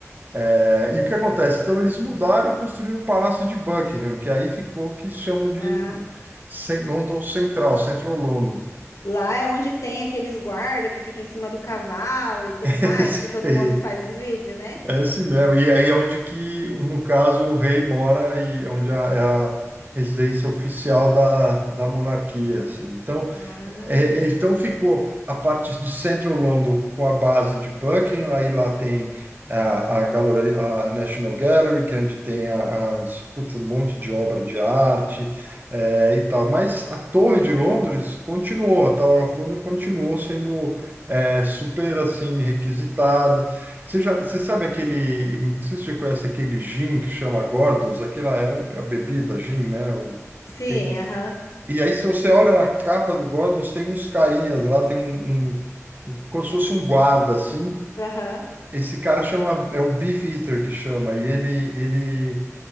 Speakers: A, on the right; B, on the left.
A: É, e o que acontece? Então, eles mudaram e construíram o Palácio de Buckingham, que aí ficou o que se chama de
B: Ah,
A: Cen- London Central, Central London.
B: lá é onde tem aqueles guarda que fica em cima do cavalo e tudo
A: <laughs>
B: mais,
A: Esse,
B: que todo
A: é
B: mundo faz os vídeos, né?
A: esse mesmo. E aí é onde que, no caso, o rei mora e onde é a- é a residência oficial da, da monarquia, assim. Então,
B: Ah,
A: É, então ficou a parte de Central London com a base de Buckingham, aí lá tem a, a, Gallery- a National Gallery, que é onde tem a- as, putz, um monte de obra de arte é, e tal. Mas a Torre de Londres continuou, a Tower of London continuou sendo é, super assim requisitada. Você já, você sabe aquele, não sei se você conhece aquele gin que chama Gordon's, aquela é, um- é a bebida gin, né? Um-
B: sim,
A: Tem um que
B: aham,
A: e aí, se você olha na capa do Gordons, tem uns carinhas lá, tem um, um- um, como se fosse um guarda, assim.
B: aham.
A: Esse cara chama, é o Beef Eater que chama, e ele, ele,